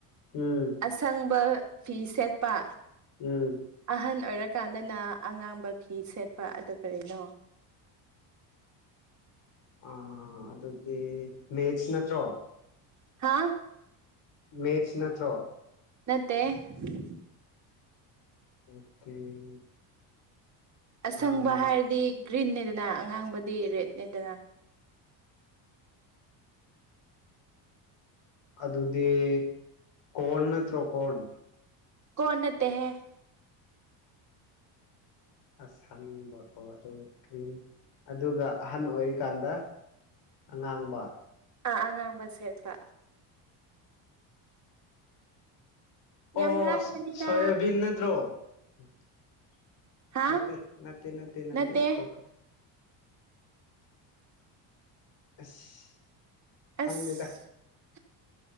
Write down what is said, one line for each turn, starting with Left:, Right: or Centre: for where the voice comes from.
Left: ꯎꯝ <unintelligible> <inaudible>
Right: ꯑꯁꯪꯕ ꯐꯤ ꯁꯦꯠꯄ
Left: ꯎꯝ <unintelligible> <inaudible>
Right: ꯑꯍꯟ ꯑꯣꯏꯔꯀꯥꯟꯗꯅ ꯑꯉꯥꯡꯕ ꯐꯤ ꯁꯦꯠꯄ ꯑꯗꯨ ꯀꯔꯤꯅꯣ
Left: ꯑ ꯑꯗꯨꯗꯤ ꯃꯦꯁ ꯅꯠꯇ꯭ꯔꯣ
Right: ꯍꯥꯥ <unintelligible> <inaudible>
Left: ꯃꯦꯆ ꯅꯠꯇ꯭ꯔꯣ
Right: ꯅꯠꯇꯦ <unintelligible> <inaudible>
Left: ꯑꯣꯀꯦ <unintelligible> <inaudible>
Right: ꯑꯁꯪꯕ
Left: ꯑꯥ
Right: ꯍꯥꯏꯔꯗꯤ ꯒ꯭ꯔꯤꯟꯅꯦꯗꯅ ꯑꯉꯥꯡꯕꯗꯤ ꯔꯦꯗꯅꯦꯗꯅ
Left: ꯑꯗꯨꯗꯤ ꯀꯣꯔꯟ ꯅꯠꯇ꯭ꯔꯣ ꯀꯣꯔꯟ
Right: ꯀꯣꯟꯅ ꯅꯠꯇ ꯍꯦ
Left: ꯑꯁ ꯍꯪꯅꯤꯡꯕꯀꯣ ꯑꯗꯨ ꯀ꯭ꯔꯤꯟ ꯑꯗꯨꯒ ꯑꯍꯟ ꯑꯣꯏꯔꯤꯀꯥꯟꯗ ꯑꯉꯥꯡꯕ
Right: ꯑꯥ ꯑꯉꯥꯡꯕ ꯁꯦꯠꯇ ꯌꯥꯝ
Left: ꯑꯣ
Right: ꯂꯥꯏꯕꯅꯤꯗ
Left: ꯁꯣꯣꯌꯕꯤꯤꯟ ꯅꯠꯇ꯭ꯔꯣ <inaudible> <unintelligible>
Right: ꯍꯥ
Left: ꯅ ꯅ ꯅ ꯅ
Right: ꯅꯠꯇꯦ
Left: ꯑꯇꯣꯄ <unintelligible> <inaudible> ꯑꯁ <unintelligible> <inaudible>
Right: ꯑꯁ
Left: ꯈꯪꯗꯦꯗ
Right: <unintelligible> <inaudible>